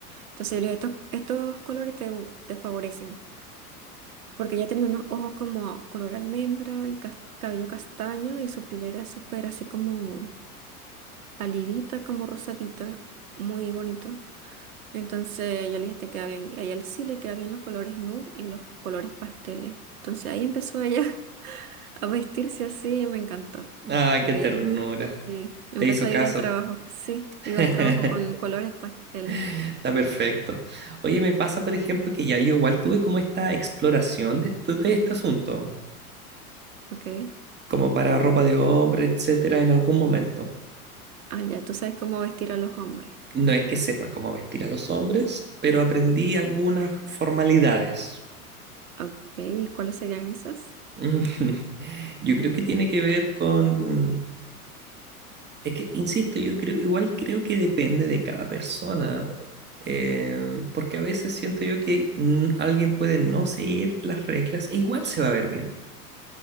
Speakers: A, on the right; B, on the right.
A: Entonces yo le dije, estos, estos colores te, te favorecen, porque ella tenía unos ojos como color almendra, el cas- cabello castaño y su piel era súper así como palidita, como rosadita, muy bonito. Entonces yo le dije, te queda bien. Y a ella sí le queda bien los colores nude y los colores pasteles. Entonces ahí empezó ella A vestirse así me encantó.
B: Ah,
A: Se
B: qué
A: veía,
B: ternura.
A: sí. Empezó
B: Te hizo
A: a
B: caso.
A: ir al trabajo. Sí,
B: <laughs>
A: iba al trabajo con colores pasteles.
B: Está perfecto. Oye, me pasa, por ejemplo, que ya yo igual tuve como esta exploración de, esto- de este asunto,
A: Ok.
B: como para ropa de hombre, etcétera, en algún momento.
A: Ah, ya, tú sabes cómo vestir a los hombres.
B: No es que sepa cómo vestir a los hombres, pero aprendí algunas formalidades.
A: Ok, ¿y cuáles serían esas?
B: <laughs> Yo creo que tiene que ver con... Es que, insisto, yo creo, igual creo que depende de cada persona, eh, porque a veces siento yo que mm, alguien puede no seguir las reglas e igual se va a ver bien.